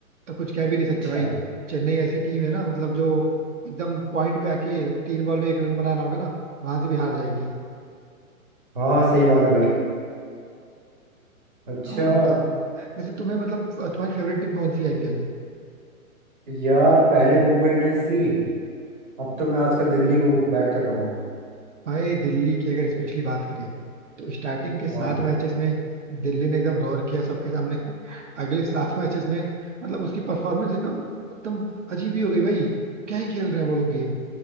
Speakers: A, on the right; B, on the right.
A: तो कुछ कह भी नहीं सकते
B: अच्छा
A: भाई चेन्नई ऐसी टीम है ना मतलब जो एकदम पॉइंट पे आके तीन बॉल में एक रन बनाना होगा ना वहां से भी हार जाएगी
B: हाँ हाँ सही बात है भाई अच्छा
A: और बताओ वैसे तुम्हें मतलब तुम्हारी फेवरेट टीम कौन सी आईपीएल में
B: यार पहले मुंबई इंडियंस थी अब तो मैं आजकल दिल्ली को बैक कर रहा हूँ
A: भाई दिल्ली की अगर स्पेशली बात करें तो स्टार्टिंग के सात
B: हाँ
A: मैचेस में दिल्ली ने एकदम रोर किया सबके सामने <laughs> अगले सात मैचेस में मतलब उसकी परफॉर्मेंस एकदम एकदम अजीब ही हो गई भाई क्या ही खेल रहे हैं वो लोग गेम।